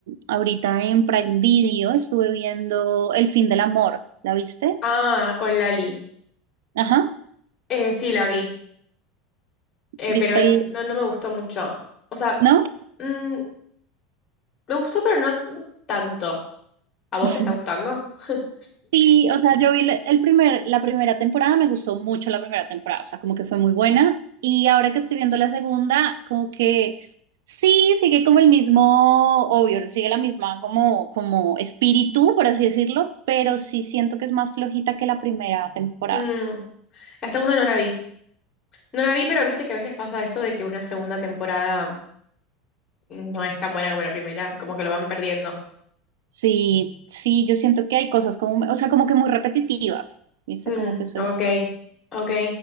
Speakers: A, on the right; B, on the left.
A: ahorita en Prime Video estuve viendo El fin del amor. ¿La viste?
B: Ah, con Lali.
A: Ajá.
B: Eh, sí, la vi, eh,
A: ¿Viste
B: pero
A: el...?
B: no, no me gustó mucho. O sea,
A: ¿No?
B: mm, me gustó, pero no, no tanto. ¿A vos
A: <laughs>
B: te está gustando? <laughs>
A: Sí, o sea, yo vi la- el primer, la primera temporada, me gustó mucho la primera temporada, o sea, como que fue muy buena. Y ahora que estoy viendo la segunda, como que sí, sigue como el mismo, obvio, sigue la misma como, como espíritu, por así decirlo, pero sí siento que es más flojita que la primera temporada.
B: Mm, La segunda no la vi. No la vi, pero viste que a veces pasa eso de que una segunda temporada no es tan buena como la primera, como que lo van perdiendo.
A: Sí, sí, yo siento que hay cosas como, o sea, como que muy repetitivas, ¿viste?
B: Mm,
A: Como que soy...
B: ok, ok.